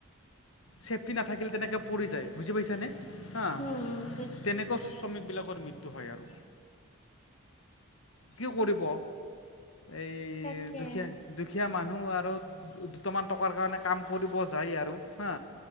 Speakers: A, on the left; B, on the left.
A: চেফটি নাথাকিলে তেনেকে পৰি যায় বুজি পাইছানে হা।
B: উম বুজ
A: তেনেকৈ শ্ৰমিকবিলাকৰ মৃত্যু হয় আৰু। কি কৰিব, এই
B: তাকে
A: দুখীয়া দুখীয়া মানুহ আৰু দুটামান টকাৰ কাৰণে কাম কৰিব যায় আৰু হা।